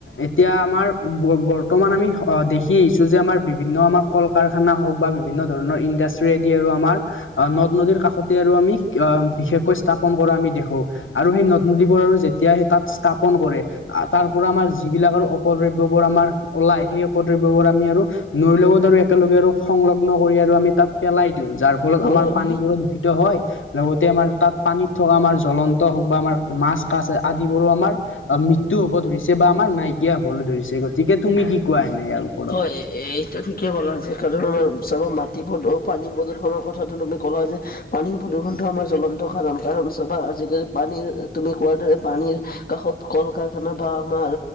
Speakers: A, on the left; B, on the left.
A: এতিয়া আমাৰ ব বৰ্তমান আমি হ দেখি আহিছোঁ যে আমাৰ বিভিন্ন আমাক কল কাৰখানা হওক বা বিভিন্ন ধৰণৰ ইণ্ডাষ্ট্ৰিয়েদি আৰু আমাৰ আ নদ - নদীৰ কাষতে আৰু আমি কিয়ম বিশেষকৈ স্থাপন কৰা আমি দেখো, আৰু সেই নদ - নদীবোৰ আৰু যেতিয়াই তাত স্থাপন কৰে আ তাৰ পৰা আমাৰ যিবিলাক আৰু অপদ্ৰব্যবোৰ আমাৰ ওলাই সেই অপদ্ৰব্যবোৰ আমি আৰু নৈৰ লগত আৰু একেলগে আৰু সংলগ্ন কৰি আৰু আমি তাত পেলাই দিওঁ। যাৰ ফলত
B: হয়
A: আমাৰ
B: হয়
A: পানীবোৰো দূষিত হয় লগতে আমাৰ তাত পানীত থকা আমাৰ জ্বলন্ত হওক বা আমাৰ মাছ- কাছ আদিবোৰো আমাৰ অ মৃত্যু হব ধৰিছে বা আমাৰ নাইকিয়া হবলৈ ধৰিছে গতিকে তুমি কি কোৱা এনে ইয়াৰ ওপৰত?
B: এ এইটো <unintelligible> কে কলা যে কাৰণ আমাৰ চাবা মাটি প্ৰদ পানী প্ৰদূষণৰ কথাটো তুমি ক'লা যে পানী প্ৰদূষণটো আমাৰ জ্বলন্ত কাৰণ কাৰণ চাবা আজিকালি পানীৰ তুমি কোৱাৰ দৰে পানীৰ কাষত কল কাৰখানা বা আমাৰ